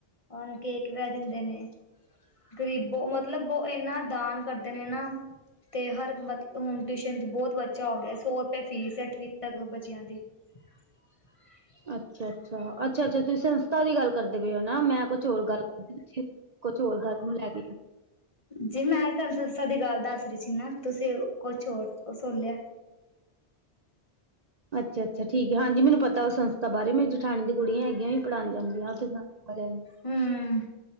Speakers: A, on the left; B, on the right.
A: ਉਹਨੂੰ ਕੇਕ ਵੇੈ ਦਿੰਦੇ ਨੇ। ਗ਼ਰੀਬੋ ਮਤਲਬ ਔਹ ਇਨਾ ਦਾਨ ਕਰਦੇ ਨੇ ਨਾ ਤੇ ਹਰ ਹੁਨ ਟਿਊਸ਼ਨ ਤੇ ਬੋੱਤ ਬੱਚਾ ਹੋ ਗਿਆ। ਸੌ ਰੁਪਏ ਫੀਸ ਅੱਠਵੀ ਤੱਕ ਬੱਚਿਆਂ ਦੀ। <inaudible>
B: ਅੱਛਾ ਅੱਛਾ, ਅੱਛਾ ਅੱਛਾ, ਤੁਸੀਂ ਸੰਸਥਾ ਦੀ ਗੱਲ ਕਰਦੇ ਪਏ ਹੋ ਨਾ। ਮੈਂ ਕੁਛ ਹੋਰ ਗੱਲ ਕੁਛ ਹੋਰ ਗੱਲ ਨੂੰ ਲੈ ਗੀ।
A: ਜੀ ਮੈਂ ਤੁਹਾਨੂੰ ਸਂਸਧਾ ਦੀ ਗੱਲ ਦੱਸ ਰਹੀ ਸੀ ਨਾ ਤੁਸੀਂ ਕੁਛ ਹੋਰ ਸੁਨ ਲਿਆ।
B: ਅੱਛਾ ਅੱਛਾ, ਠੀਕ ਹੈ, ਹਂਜੀ ਮੈਨੂੰ ਪਤਾ ਔਹਸਭ ਬਾਹਾਰੇ ਮੇਰੀ ਜਠਾਨੀ ਦੀ ਕੁੜੀਆਂ ਹੈਗੀਆਂ ਵੀ ਪੜ੍ਹਾਨ ਜਾਂਦੀਆਂ ਆਲੀਆਂ।
A: ਹਮ